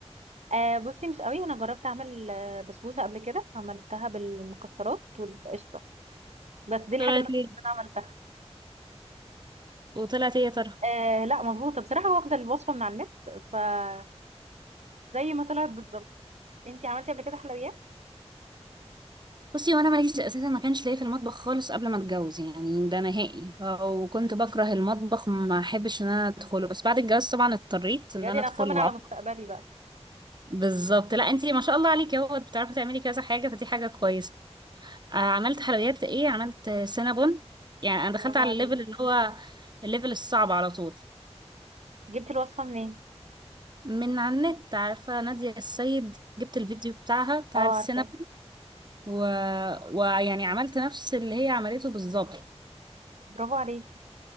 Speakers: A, on the right; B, on the right.
A: آه بصي مش قوي انا جربت اعمل آه، بسبوسه قبل كده عملتها بالمكسرات والقشطه بس دي الحاجه
B: طلعت
A: اللي
B: ايه
A: انا عملتها
B: وطلعت ايه يا ترى
A: آه لا مظبوطه بصراحه واخده الوصفه من على النت فزي ما طلعت بالظبط انتي عملتي قبل كده حلويات
B: بصي وانا ماليش اساسا ما كانش ليا في المطبخ خالص قبل ما اتجوز يعني ده نهائي وكنت بكره المطبخ ما احبش ان انا ادخله بس بعد الجواز طبعا اضطريت
A: بجد
B: ان انا
A: انا
B: ادخل
A: بطمن
B: وأعرف.
A: على مستقبلي بقى
B: بالظبط لا انتي ما شاء الله عليكي اهو بتعرفي تعملي كذا حاجه فدي حاجه كويسه آه عملت حلويات ايه عملت آه، سينابون يعني انا دخلت
A: برافو
B: على
A: عليكي
B: الليفل اللي هو الليفل الصعب على طول
A: جبتي الوصفه منين
B: من على النت عارفه ناديه السيد جبت الفيديو بتاعها بتاع
A: اه
B: السينابون
A: عارفاه
B: و... ويعني عملت نفس اللي هي عملته بالظبط
A: برافو عليكي